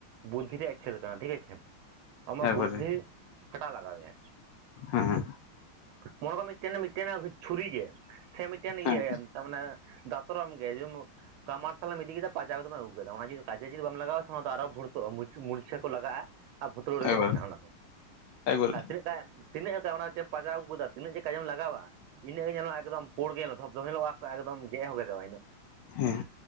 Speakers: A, on the right; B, on the left.
A: ᱵᱩᱫᱽᱫᱷᱤ ᱨᱮᱭᱟᱜ ᱠᱷᱮᱞ ᱠᱟᱱᱟ ᱴᱷᱤᱠ ᱟᱪᱷᱮ ᱟᱢᱟᱜ
B: ᱮᱠᱵᱟᱨᱮ
A: ᱵᱩᱫᱽᱫᱷᱤ ᱠᱷᱟᱴᱟᱣ ᱞᱟᱜᱟᱣ ᱟ
B: ᱦᱮᱸ-ᱦᱮᱸ
A: ᱢᱚᱱᱮ ᱠᱚ ᱢᱤᱫᱴᱮᱱ ᱢᱤᱫᱴᱮᱱ ᱪᱷᱩᱨᱤ ᱜᱮ ᱥᱮ ᱢᱤᱫᱴᱮᱱ
B: ᱦᱮᱸ
A: ᱤᱭᱟᱹ ᱛᱟᱨ ᱢᱟᱱᱮ᱾ ᱫᱟᱛᱚᱨᱚᱢ ᱜᱮ ᱡᱢ ᱠᱟᱢᱟᱨ ᱥᱟᱞᱮᱢ ᱤᱫᱤ ᱠᱮᱫᱟ ᱯᱟᱡᱟᱣ ᱠᱟᱛᱮᱢ ᱟᱹᱜᱩ ᱠᱮᱫᱟ ᱚᱱᱟ ᱡᱚᱫᱤ ᱠᱟᱡᱮ ᱡᱩᱫᱤ ᱠᱟᱡᱮ ᱡᱩᱫᱤ ᱵᱟᱢ ᱞᱟᱜᱟᱣᱟ ᱥᱮ ᱚᱱᱟ ᱫᱚ ᱟᱫᱚ ᱵᱷᱩᱲᱛᱚᱜᱼᱟ ᱢᱩ ᱢᱩᱨᱪᱷᱟᱹ ᱠᱚ ᱞᱟᱜᱟᱼᱟ ᱟᱨ ᱵᱷᱚᱛᱞᱳ ᱨᱮᱜᱮ
B: ᱮᱠᱵᱟᱨᱮ
A: ᱛᱟᱦᱮᱱᱟ ᱚᱱᱟ ᱫᱚ
B: ᱮᱠᱵᱟᱨᱮ
A: ᱟᱨ ᱛᱤᱱᱟᱹᱜ ᱫᱟᱜ ᱛᱤᱱᱟᱹᱜᱮ ᱫᱟᱜ ᱚᱱᱟ ᱯᱟᱸᱡᱟᱣ ᱟᱹᱜᱩ ᱟᱠᱟᱫᱟ ᱛᱤᱱᱟᱹᱜ ᱡᱮ ᱠᱟᱡᱮᱢ ᱞᱟᱜᱟᱣ ᱟ ᱤᱱᱟᱹᱜ ᱜᱮ ᱧᱮᱞᱢᱮ ᱮᱠᱫᱚᱢ ᱯᱩᱬ ᱜᱮ ᱧᱮᱞᱚᱜ-ᱟ ᱫᱷᱚᱯ ᱫᱷᱚᱯ ᱧᱮᱞᱚᱜ-ᱟ ᱮᱠᱫᱚᱢ ᱜᱮᱫ ᱦᱚᱸ ᱜᱮᱫᱚᱜ ᱤᱱᱟᱹᱜ
B: ᱦᱮᱸ